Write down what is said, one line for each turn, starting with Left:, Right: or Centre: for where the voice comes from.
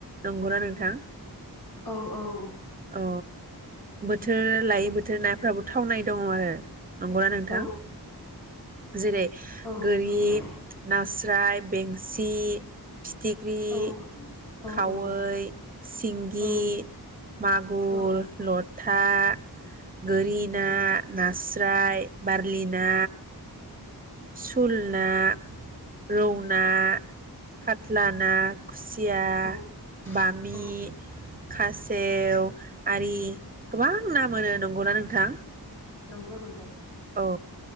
Right: नंगौना नोंथां।
Left: औ औ
Right: औ बोथोर लायै बोथोर नाफ्राबो थावनाय दङ आरो नंगौना नोंथां
Left: औ
Right: जेरै
Left: औ
Right: गोरि
Left: नंगौ
Right: ना स्राय, बेंसि, फिथिख्रि,
Left: औ औ औ
Right: खावै,
Left: औ
Right: सिंगि,
Left: औ औ
Right: मागुर
Left: औ
Right: ल ता गोरि ना, नास्राय बार्लि ना सुल ना रौ ना, खात्ला ना, खुसिया,
Left: औ
Right: बामि,
Left: औ औ
Right: खासेव आरि गोबां ना मोनो नंगौना नोंथां।
Left: नंगौ नंगौ।
Right: औ